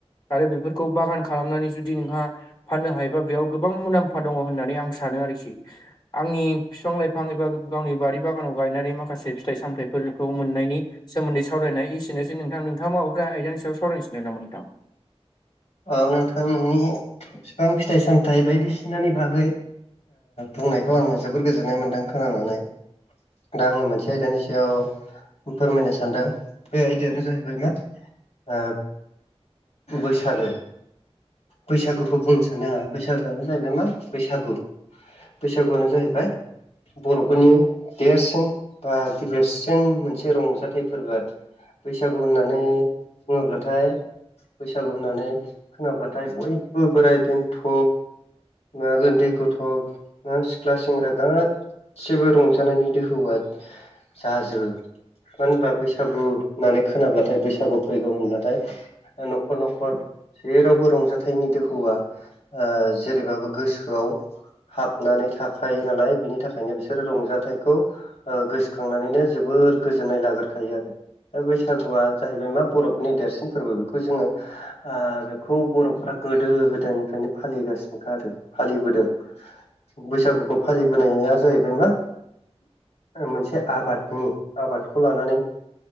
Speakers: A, on the left; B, on the left.
A: आरो बेफोरखौ बागान खालामनानै जुदि नोंहा फाननो हायोबा बेयाव गोबां मुलाम्फा दङ होननानै आं सानो आरोखि आंनि बिफां लाइफां एबा गावनि बारि बागानाव गायनानै माखासे फिथाइ सामथाइफोरखौ मोननायनि सोमोन्दै सावरायनाय एसेनोसै नोंथां नोंथाङाबो माबाफोर आयदानि सायाव सावरायनो सानदों नामा नोंथां
B: औ नोंथां नोंनि बिफां फिथाइ सामथाइ बायदिसिनानि बागै बुंनायखौ आङो जोबोर गोजोननाय मोन्दों खोनानानै दा आङो मोनसे आयदानि सायाव फोरमायनो सान सानदों बे आयदायानो जाहैबाय मा बैसागो बैसागुखौ बुंनो सानदों आं बैसागुआनो जाहैबाय मा बैसागु बैसागुआनो जाहैबाय बर'फोरनि देरसिन बा गिदिरसिन मोनसे रंजाथाइ फोरबो आरो। बैसागु होननानै बुङोब्लाथाय बैसागु होननानै खोनाबाथाय बयबो बोराइ बेन्थ' ना उन्दै गथ' ना सिख्ला सेंग्रा गाद सिबो रंजानायनि दोहौआ जाजोबो। मानो होनबा बैसागु होननानै खोनाब्लाथाय बैसागु फैगौ होनब्लाथाय ओ न'खर न'खर जेरावबो रंजाथाइनि दोहौआ ओ जेरैबाबो गोसोआव हाबनानै थाखायो नालाय बिनि थाखायनो बिसोरो रंजाथाइखौ ओ गोसोखांनानैनो जोबोर गोजोननाय लाग्रोखायो आरो। दा बैसागुआ जाहैबाय मा बर'फोरनि देरसिन फोरबो बेखौ जोङो आं बेखौ बर'फोरा गोदो गोदायनिफ्रायनो फालिगासिनोखा आरो फालिबोदों। बैसागुखौ फालिबोनाया जाहैबाय मा ओ मोनसे जे आबादनि आबादखौ लानानै